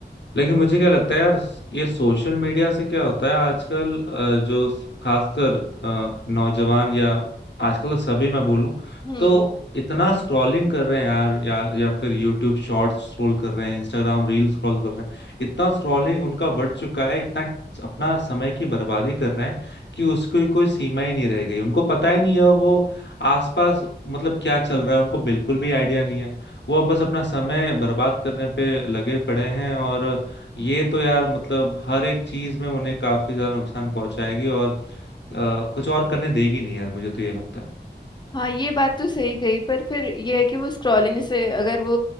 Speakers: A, on the left (about 75°); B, on the left (about 25°).
A: लेकिन मुझे क्या लगता है यार ये सोशल मीडिया से क्या होता है आजकल अ, जो खासकर अ, नौजवान या आजकल तो सभी मैं बोलूं
B: हम्म
A: तो इतना स्क्रॉलिंग कर रहे हैं यार या या फिर यूट्यूब शॉर्ट्स स्क्रॉल कर रहे हैं इंस्टाग्राम रील स्क्रॉल कर रहे हैं इतना स्क्रॉलिंग उनका बढ़ चुका है इतना अपना समय की बर्बादी कर रहे हैं कि उसकी कोई सीमा ही नहीं रह गई उनको पता ही नहीं है वो आसपास मतलब क्या चल रहा है उनको बिल्कुल भी आइडिया नहीं है वो बस अपना समय बर्बाद करने पे लगे पड़े हैं और ये तो यार मतलब हर एक चीज में उन्हें काफी ज्यादा नुकसान पहुंचाएगी और अ, कुछ और करने देगी नहीं यार मुझे तो ये लगता है
B: हाँ ये बात तो सही कही पर फिर ये है कि वो स्क्रॉलिंग से अगर वो